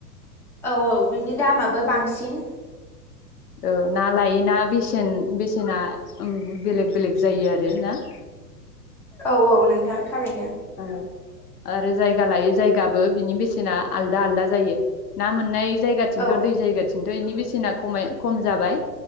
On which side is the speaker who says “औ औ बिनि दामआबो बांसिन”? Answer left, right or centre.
Centre